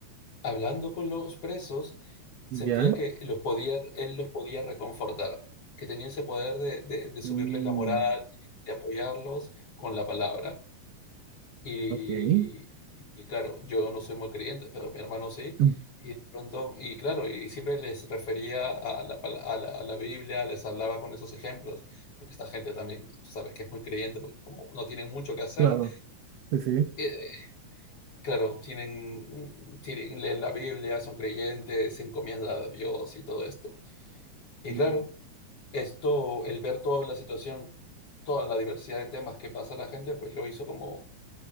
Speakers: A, on the left; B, on the right.
A: Hablando con los presos, sentía
B: Ya.
A: que los podía él los podía reconfortar, que tenía ese poder de de de subirles
B: Mm,
A: la moral, de apoyarlos con la palabra. Y
B: ok.
A: y claro, yo no soy muy creyente, pero mi hermano sí,
B: Mm,
A: y de pronto y claro, y siempre les refería a la pala a la a la Biblia, les hablaba con esos ejemplos, porque esta gente también, tú sabes que es muy creyente, porque como no tienen mucho que hacer,
B: Claro, sí, sí.
A: eh, Claro, tienen, mm, tienen, leen la Biblia, son creyentes, se encomiendan a Dios y todo esto. Y
B: Mm,
A: claro, esto, el ver toda la situación, toda la diversidad de temas que pasa la gente, pues lo hizo como,